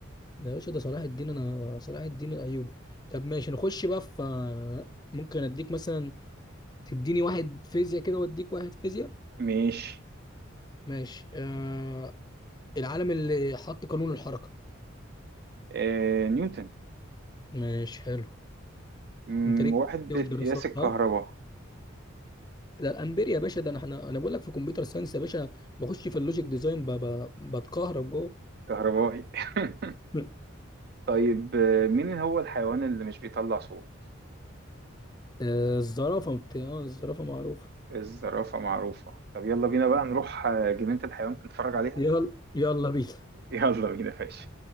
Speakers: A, on the left; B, on the right.
A: ده يا باشا ده صلاح الدين انا صلاح الدين الايوبي طب ماشي نخش بقى في ممكن اديك مثلا تديني واحد فيزياء كده واديك واحد فيزياء
B: ماشي
A: ماشي آه العالم اللي حط قانون الحركه
B: آه نيوتن
A: ماشي حلو
B: مم،
A: انت ليك
B: وحدة
A: في الدراسات
B: قياس الكهرباء
A: ها ده الامبير يا باشا ده انا احنا انا بقول لك في كمبيوتر ساينس يا باشا بخش في اللوجيك ديزاين ب- ب- بتكهرب جوه
B: كهربائي <laughs>
A: <laughs>
B: طيب آه، مين هو الحيوان اللي مش بيطلع صوت
A: آه، الزرافه بتاع الزرافه معروفه
B: الزرافة معروفة طب يلا بينا بقى نروح آه، جنينة الحيوان نتفرج عليها
A: يلا يلا بينا
B: يلا بينا يا باشا